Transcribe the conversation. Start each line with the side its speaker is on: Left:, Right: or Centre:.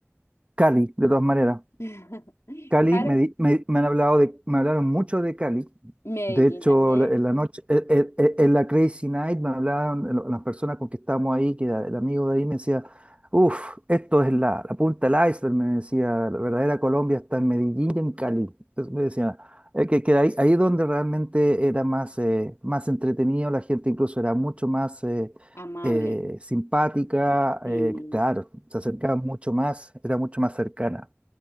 Right: Cali, de todas maneras.
Left: <laughs>
Right: Cali,
Left: Claro,
Right: me, di- me, me han hablado de, me hablaron mucho de Cali.
Left: Medellín
Right: De hecho,
Left: también,
Right: la- en la noche, e- e- e- en, la Crazy Night me hablaban lo- las personas con que estábamos ahí, que era el amigo de ahí me decía, uff, esto es la, la punta del iceberg, me decía, la verdadera Colombia está en Medellín y en Cali. Entonces me decía, eh, que, que ahí, ahí es donde realmente era más, eh, más entretenido, la gente incluso era mucho más eh,
Left: amable.
Right: eh, simpática,
Left: Sí.
Right: eh, claro, se acercaba mucho más, era mucho más cercana.